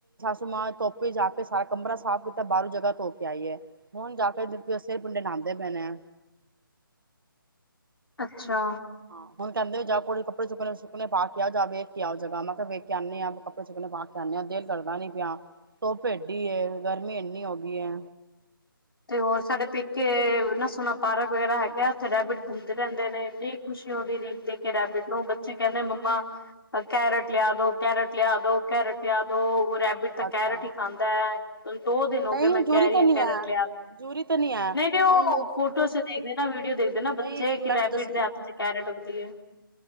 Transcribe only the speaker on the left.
ਅੱਛਾ।
ਤੇ ਹੋਰ, ਸਾਡੇ ਪੇਕੇ ਇੰਨਾ ਸੋਹਣਾ ਪਾਰਕ ਵਗੈਰਾ ਹੈਗਾ। ਉੱਥੇ ਰੈਬਿਟ ਘੁੰਮਦੇ ਰਹਿੰਦੇ ਨੇ, ਇੰਨੀ ਖੁਸ਼ੀ ਹੁੰਦੀ ਦੇਖ ਦੇਖ ਕੇ ਰੈਬਿਟ ਨੂੰ, ਬੱਚੇ ਕਹਿੰਦੇ ਮੰਮਾ ਕੈਰਟ ਲਿਆ ਦੋ, ਕੈਰਟ ਲਿਆ ਦੋ, ਕੈਰਟ ਲਿਆ ਦੋ। ਰੈਬਿਟ ਤਾਂ
ਕੈਰਟ ਹੀ ਖਾਂਦਾ। ਹੁੰਨ ਦੋ ਦਿਨ ਹੋ
ਗਏ, ਮੈਂ ਕਹਿ
ਰਹੀ
ਹਾਂ
ਕੈਰਟ
ਨਹੀਂ-ਨਹੀਂ ਉਹ
ਫੋਟੋ ਚ ਦੇਖਦੇ ਨਾ ਵੀਡੀਓ ਦੇਖਦੇ ਨਾ
ਬੱਚੇ
ਰੈਬਿਡ
ਦੇ ਹੱਥ ਚ ਕੈਰਟ ਉੱਗਦੀ ਹੈ।